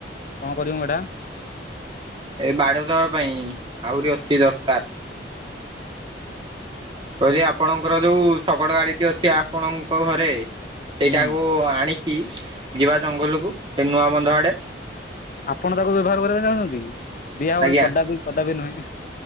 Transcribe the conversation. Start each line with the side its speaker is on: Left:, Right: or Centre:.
Left: କଣ କରିବୁ ମେଢ଼ା?
Right: ଏ ବାଡ଼ ଦେବା ପାଇଁ ଆହୁରି ଅଛି ଦରକାର। କହିଲି ଆପଣଙ୍କର ଯୋଉ ଶଗଡ଼ ଗାଡିଟି ଅଛି ଆପଣଙ୍କ ଘରେ ସେଇଟାକୁ
Left: ହୁଁ
Right: ଆଣିକି କି ଯିବା ଜଙ୍ଗଲକୁ ଏ ନୂଆ ବନ୍ଧ ଆଡ଼େ
Left: ଆପଣ ତାକୁ ବ୍ୟବହାର କରିବା ଚାହୁଁଛନ୍ତି କି? ଦିଆ ହବନି
Right: ଆଜ୍ଞା
Left: କଦାପି କଦାପି ନୁହେଁ